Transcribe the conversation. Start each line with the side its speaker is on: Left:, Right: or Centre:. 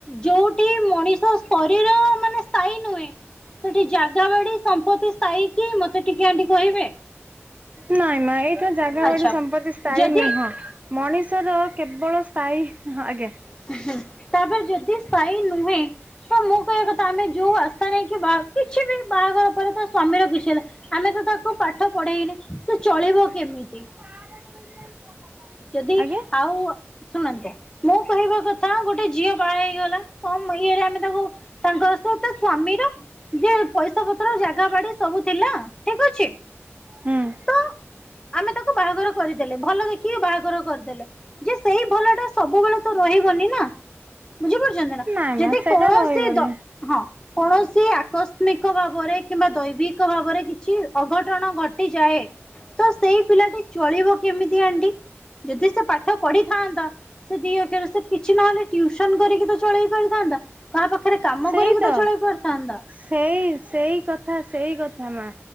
Left: ଯୋଉଠି ମଣିଷ ଶରୀର ମାନେ ସ୍ଥାୟୀ ନୁହେଁ ସେଠି ଜାଗା ବାଡି ସମ୍ପତି ସ୍ଥାୟୀକି ମତେ ଟିକେ ଆଣ୍ଟି କହିବେ?
Right: ନାଇଁ ମା ଏଇଟା ଜାଗା
Left: ଆଚ୍ଛା
Right: ବାଡି ସମ୍ପତ୍ତି ସ୍ଥାୟୀ
Left: ଯଦି
Right: ନୁହଁ ମଣିଷର କେବଳ ସ୍ଥାୟୀ ହଁ ଆଜ୍ଞା।
Left: ଏଁ ହେଁ ତାପରେ ଯଦି ସ୍ଥାଇ ନୁହେଁ? ହଁ ମୁଁ କହିବା କଥା ଆମେ ଯୋଉ ଆଶା ନେଇକି ବା କିଛିବି ବାହାଘର ପରେ ତା ସ୍ଵାମୀର କିଛି ହେଲା ଆମେତ ତାକୁ ପାଠ ପଢେଇନେ ସେ ଚଳିବ କେମିତି?
Right: <unintelligible>
Left: ଯଦି
Right: ଆଜ୍ଞା
Left: ଆଉ ଶୁଣନ୍ତୁ ମୁଁ କହିବା କଥା ଗୋଟେ ଝିଅ ବାହା ହେଇଗଲା କମ ଇଏରେ ଆମେ ତାକୁ ତାଙ୍କ ସହିତ ସ୍ଵାମୀର ଯେ ପଇସା ପତ୍ର ଜାଗା ବାଡି ସବୁ ଥିଲା ଠିକ ଅଛି
Right: ହୁଁ।
Left: ତ ଆମେ ତାକୁ ବାହାଘର କରିଦେଲେ ଭଲ ଦେଖି କି ବାହାଘର କରିଦେଲେ ଯେ ସେଇ ଭଲଟା ସବୁବେଳେତ ରହିବନିନା ବୁଝିପାରୁ ଚନ୍ତିନା
Right: ନା ନା
Left: ଯଦି
Right: ସେଟା
Left: କୌଣସି
Right: ରହିବନି
Left: ଦ ହଁ। କୌଣସି ଆକସ୍ମିକ ଭାବରେ କିମ୍ବା ଦୈବିକ ଭାବରେ କିଛି ଅଘଟଣ ଘଟିଯାଏ। ତ ସେଇ ପିଲାଟି ଚଳିବ କେମିତି ଆଣ୍ଟି ଯଦି ସେ ପାଠ ପଢିଥାନ୍ତା? ସେ ଦି ଅକ୍ଷ ସେ କିଛି ନହେଲେ ଟିଉସନ କରିକିତ ଚଳେଇ ପାରିଥାନ୍ତା। କାହା ପାଖରେ କାମ
Right: ସେଇ
Left: କରିକିତ
Right: ତ
Left: ଚଳେଇ ପାରିଥାନ୍ତା?
Right: ସେଇ ସେଇକଥା ସେଇକଥା ମା।